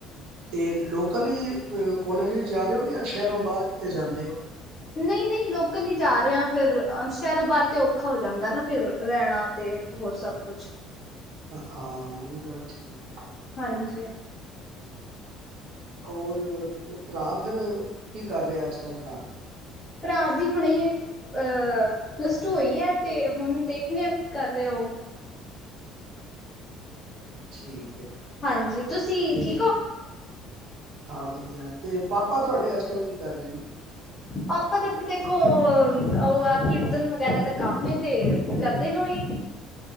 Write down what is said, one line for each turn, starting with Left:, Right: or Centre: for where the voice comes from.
Right: ਤੇ ਲੋਕਲ ਈ ਕੋਲੇਜ ਵਿੱਚ ਜਾ ਰਹੇ ਹੋ ਯਾਂ ਸ਼ਹਿਰੋਂ ਬਾਹਰ ਕਿਤੇ ਜਾਂਦੇ ਹੋ <inaudible>
Left: ਨਹੀਂ ਨਹੀਂ ਲੋਕਲ ਹੀ ਜਾ ਰਹੇ ਆ ਫਿਰ ਸ਼ਹਿਰੋ ਬਾਹਰ ਤੇ ਔਖਾ ਹੋ ਜਾਂਦਾ ਨਾ ਫਿਰ ਰਹਿਣਾ ਤੇ ਹੋਰ ਸਭ ਕੁਛ
Right: ਹਾਂ ਉਹ ਵੀ ਗੱਲ ਠੀਕ ਏ
Left: ਹਾਂਜੀ
Right: ਹੋਰ ਭਰਾ ਫਿਰ ਕੀ ਕਰ ਰਿਹਾ ਅੱਜਕੱਲ੍ਹ ਘਰ।
Left: ਭਰਾ ਦੀ ਹੁਣੇ ਈ ਅਹ ਪਲੱਸ ਟੂ ਹੋਈ ਹੈ ਤੇ ਹੁਣ ਦੇਖਦੇ ਆ ਕੀ ਕਰ ਰਹੇ ਉਹ।
Right: ਠੀਕ ਹੈ।
Left: ਹਾਂਜੀ ਤੁਸੀਂ
Right: ਤੇ
Left: ਠੀਕ ਹੋ?
Right: ਹਾਂ ਵਧੀਆ, ਤੇ ਪਾਪਾ ਤੁਹਾਡੇ ਅੱਜ ਕੱਲ੍ਹ ਕੀ ਕਰ ਰਹੇ ਨੇ?
Left: ਪਾਪਾ ਤੇ ਤੇ ਦੇਖੋ ਉਹ ਆ ਕੀਰਤਨ ਵਗੈਰਾ ਤਾਂ ਕੰਮ ਐ ਤੇ ਕਰਦੇ ਨੇ ਉਹੀ,